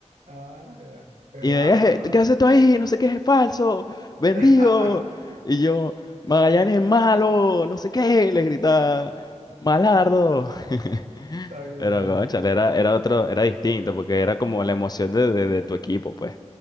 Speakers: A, on the right; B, on the left.
A: Ah, ya. Es
B: Y me
A: raro,
B: decía,
A: ¿verdad?
B: "Je- ¿qué haces tú ahí? No sé qué es falso, vendido.
A: <laughs>
B: Y yo, Magallanes es malo, no sé qué, le gritaba, Malardo. <laughs>
A: Está bien,
B: Pero,
A: está bien.
B: cónchale, era, era otro, era distinto, porque era como la emoción de, de- de tu equipo, pues.